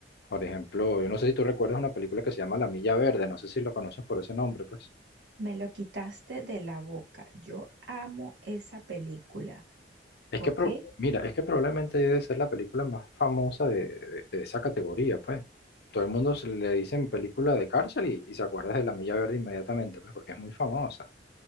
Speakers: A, on the left; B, on the right.
A: Por ejemplo, yo no sé si tú recuerdas una película que se llama La Milla Verde, no sé si lo conoces por ese nombre, pues.
B: Me lo quitaste de la boca. Yo amo esa película,
A: Es
B: ¿ok?
A: que, pro- mira, es que probablemente debe ser la película más famosa de, de- de esa categoría, pues. Todo el mundo se le dicen película de cárcel y, y se acuerda de La Milla Verde inmediatamente, pues, porque es muy famosa.